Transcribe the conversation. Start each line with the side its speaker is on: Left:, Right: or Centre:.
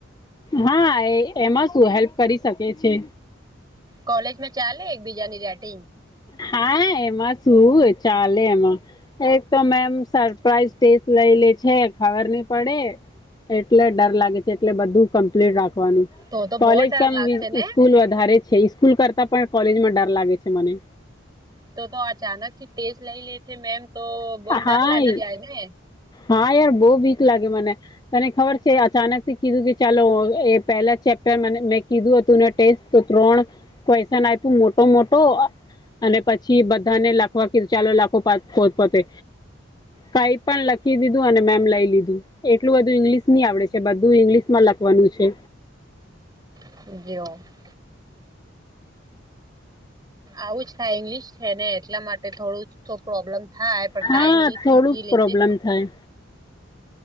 Left: હા એ એમાં શું હેલ્પ કરી શકે છે.
Right: કોલેજ મે ચાલે એકબીજાની રેટિંગ
Left: હા એમાં શું ચાલે એમાં એક તો મેમ સરપ્રાઈઝ ટેસ્ટ લઈ લે છે ખબર નહી પડે. એટલે ડર લાગે છે એટલે બધું કમ્પ્લીટ રાખવાનું.
Right: તો તો
Left: કોલેજ
Right: બહુ ડર
Left: કામ
Right: લાગશે ને.
Left: સ્કૂલ વધારે છે સ્કૂલ કરતા પણ કોલેજમાં ડર લાગે છે મને.
Right: તો તો અચાનક કે ટેસ્ટ લઈ લે મેમ તો બહુ ડર
Left: હા
Right: લાગી જાય ને.
Left: હા યાર બહુ વિક લાગે મને. તને ખબર છે અચાનક થી કીધું કે ચાલો એ પહેલા ચેપ્ટર મે કીધું હતું ટેસ્ટ તો ત્રણ ક્વેશન આપ્યું મોટો મોટો. અને પછી બધાને લખવા કીધું ચાલો લાખો પો પો તતે કઈ પણ લખી દીધું અને મેમ લઈ લીધું. એટલું બધું ઈંગ્લિશ ની આવડે છે બધું ઈંગ્લિશ માં લખવાનું છે.
Right: <unintelligible> આવું જ થાય ઈંગ્લિશ છે ને એટલા માટે થોડું પ્રોબ્લેમ થાય. પણ
Left: હા
Right: કઈ નહી
Left: થોડુંક
Right: શીખી લે
Left: પ્રોબ્લેમ
Right: છે.
Left: થાય